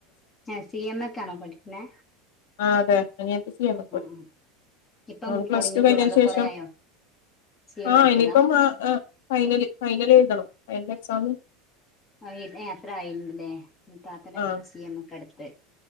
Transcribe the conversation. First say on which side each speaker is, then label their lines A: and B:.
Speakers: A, on the left (about 15°); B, on the left (about 80°).
A: ഏ സി എം എക്കാണോ പഠിക്ക്ണേ
B: ആഹ് അതെ അനിയത്തി സി. എം ക്ക് പഠിക്കുന്നു
A: ഉം ഇപ്പം
B: അവള് പ്ലസ്
A: തൊടങ്ങിയിട്ടുള്ളോ
B: ടു കഴിഞ്ഞേന്
A: അതോ
B: ശേഷം
A: കൊറേ ആയോ സി എം
B: ആഹ്
A: എടുത്തതാ
B: ഇനിയിപ്പം ആഹ് ഇഹ് ഫൈനല് ഫൈനല് എഴുതണം ഫൈനല് എക്സാമ്
A: അയിതെ ഏ അത്ര ആയിണ്ല്ലേ ൻ താത്തന്റെ
B: ആഹ്
A: മോള് സി. എം. ക്കാ എടുത്ത്